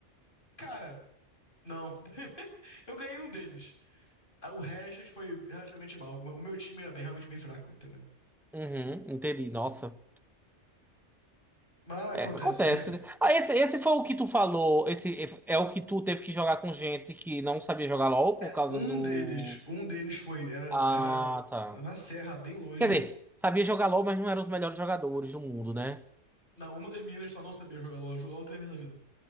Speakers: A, on the left (about 45°); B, in the centre.
A: Cara, não. <laughs> Eu ganhei um deles. Ah, O resto foi relativamente mal. O meu time era bem- realmente bem fraco, entendeu?
B: Uhum, entendi. Nossa.
A: Mas acontece,
B: É, acontece.
A: né? <laughs>
B: né? Ah, esse, esse foi o que tu falou. Esse é o que tu teve que jogar com gente que não sabia jogar LOL por
A: É,
B: causa
A: um
B: do.
A: deles, um deles foi, era,
B: Ah,
A: era
B: tá.
A: na serra, bem longe.
B: Quer dizer, sabia jogar LOL, mas não eram os melhores jogadores do mundo, né?
A: Na, uma das meninas só não sabia jogar LOL, jogou LOL três vezes na vida.